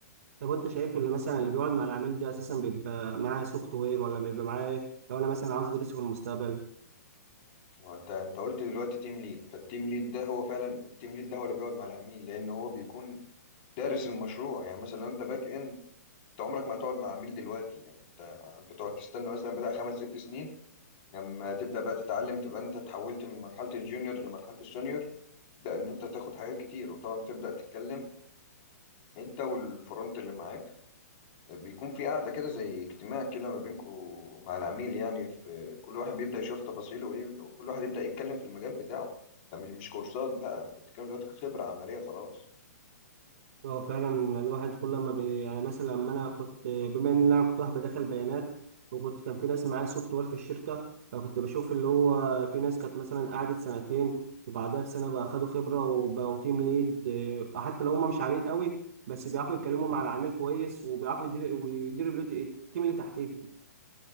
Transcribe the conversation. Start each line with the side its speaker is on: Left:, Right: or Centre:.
Right: طب انت شايف اللي مثلا اللي بيقعد مع العميل ده اساسا بيبقى معاه سوفت وير ولا بيبقى معاه إيه؟ لو انا مثلا عاوز ادرسه في المستقبل
Left: وانت انت قلت دلوقتي تيم ليد فالتيم ليد ده هو فعلا التيم ليد ده هو اللي بيقعد مع العميل لأن هو بيكون دارس المشروع يعني مثلا لو انت باك اند انت عمرك ما هتقعد مع عميل دلوقتي يعني انت بتقعد تستنى مثلا بتاع خمس ست سنين لما تبدأ بقى تتعلم تبقى انت اتحولت من مرحلة الجونيور لمرحلة السونيور تبدأ ان انت تاخد حاجات كتير وطبعا بتبدأ تتكلم انت والفرونت اللي معاك بيكون في قاعدة كده زي اجتماع كده ما بينكوا مع العميل يعني في كل واحد بيبدأ يشوف تفاصيله ايه وكل واحد يبدأ يتكلم في المجال بتاعه ده مش مش كورسات بقى انت بتتكلم دلوقتي كخبرة عملية خلاص
Right: هو فعلا الواحد كل ما بي... يعني مثلا لما انا كنت بما ان انا كنت واحد بدخل بيانات وكنت كان في ناس معايا سوفت وير في الشركه فكنت بشوف اللي هو في ناس كانت مثلا قعدت سنتين وبعدها بسنه بقى خدوا خبره وبقوا تيم ليد إيه، حتى لو هم مش عاليين قوي بس بيعرفوا يتكلموا مع العميل كويس وبيعرفوا يديروا ويديروا الوت- التيم اللي تحتيهم